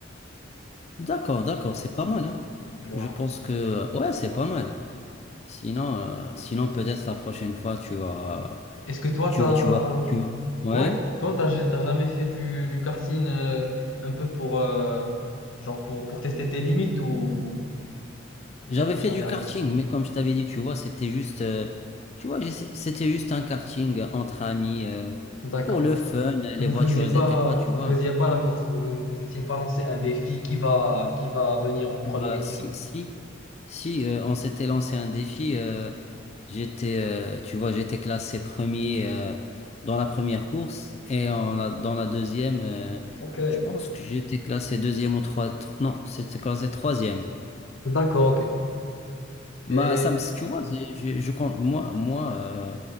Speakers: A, on the left (about 35°); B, on the left (about 85°).
A: D'accord, d'accord. C'est pas mal, hein.
B: Voilà.
A: Je pense que, ouais, c'est pas mal. Sinon, euh, sinon peut-être la prochaine fois, tu vas,
B: Est-ce que toi
A: tu
B: t'as,
A: vas, tu vas, tu vas. Ouais.
B: ouais, toi t'as, t'as jamais fait du, du karting euh, un peu pour, euh, genre pour, pour tester tes limites ou, ou
A: J'avais
B: ça t'est
A: fait
B: jamais
A: du
B: arrivé?
A: karting, mais comme je t'avais dit, tu vois, c'était juste, euh, tu vois, j'essa- c'était juste un karting entre amis, euh,
B: D'accord.
A: pour le fun. Les
B: Et Vous
A: voitures,
B: faisiez
A: elles
B: pas,
A: étaient pas, tu
B: vous
A: vois.
B: faisiez pas la course. Vous vous étiez pas lancé un défi qui va, qui va venir en premier,
A: Bah,
B: qui.
A: si, si, si, euh, on s'était lancé un défi. euh, J'étais, euh, tu vois, j'étais classé premier euh, dans la première course et en la- dans la deuxième, euh,
B: Ok.
A: je pense que j'étais classé deuxième ou trois, tro- non, c'était classé troisième.
B: D'accord, ok.
A: Bah,
B: Et
A: ça, me- tu vois, j'ai- je, je compte, moi, moi, euh,